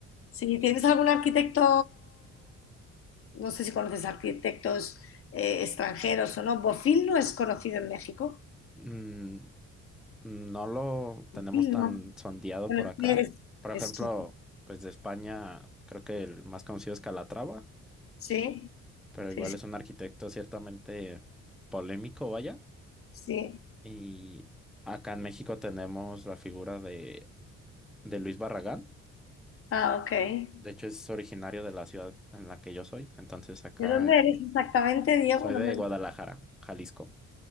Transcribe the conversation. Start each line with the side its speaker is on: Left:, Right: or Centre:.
Left: Si tienes algún arquitecto, no sé si conoces arquitectos eh, extranjeros o no. Bofill no es conocido en México.
Centre: Mm, no lo tenemos
Left: Bofill
Centre: tan
Left: no.
Centre: sondeado
Left: Bueno,
Centre: por acá.
Left: sí es,
Centre: Por ejemplo,
Left: es- un-
Centre: pues de España, creo que el más conocido es Calatrava,
Left: sí,
Centre: pero
Left: sí,
Centre: igual
Left: sí,
Centre: es un arquitecto ciertamente polémico, vaya.
Left: sí.
Centre: Y acá en México tenemos la figura de, de Luis Barragán.
Left: Ah, ok. ¿De
Centre: De hecho, es originario de la ciudad en la que yo soy. Entonces, acá
Left: dónde
Centre: es-
Left: eres exactamente, Diego?
Centre: soy
Left: No
Centre: de
Left: me lo-
Centre: Guadalajara, Jalisco.